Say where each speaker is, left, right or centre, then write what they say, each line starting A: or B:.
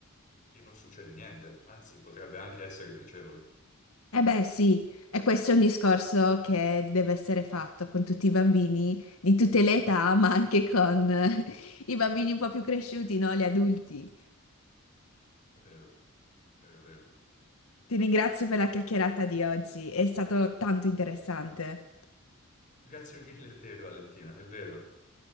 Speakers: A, on the left (about 35°); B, on the left (about 75°).
A: e non succede niente, anzi potrebbe anche essere piacevole.
B: Eh beh, sì, e questo è un discorso che deve essere fatto con tutti i bambini di tutte le età, ma anche con eh, i bambini un po' più cresciuti, no? Gli adulti.
A: È vero, è vero, è vero.
B: Ti ringrazio per la chiacchierata di oggi, è stato tanto interessante.
A: Grazie mille a te, Valentina, è vero.